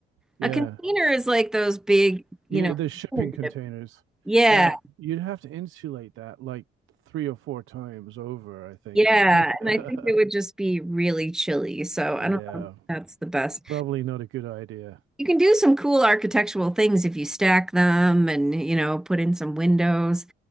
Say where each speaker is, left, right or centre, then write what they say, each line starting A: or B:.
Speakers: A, on the right (about 85°); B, in the centre.
A: Yeah,
B: A container is like those big, you
A: yeah.
B: know,
A: The shipping
B: container
A: containers.
B: ships. Yeah,
A: Uh, you'd have to insulate that like three or four times over. I think.
B: yeah.
A: <laughs>
B: And I think it would just be really chilly. So I
A: yeah,
B: don't know if that's the best.
A: probably not a good idea.
B: You can do some cool architectural things if you stack them and, you know, put in some windows.